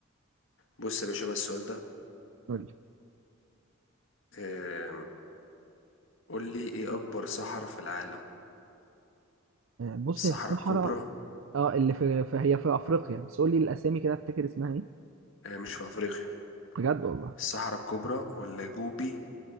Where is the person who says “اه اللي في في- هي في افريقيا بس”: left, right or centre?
Right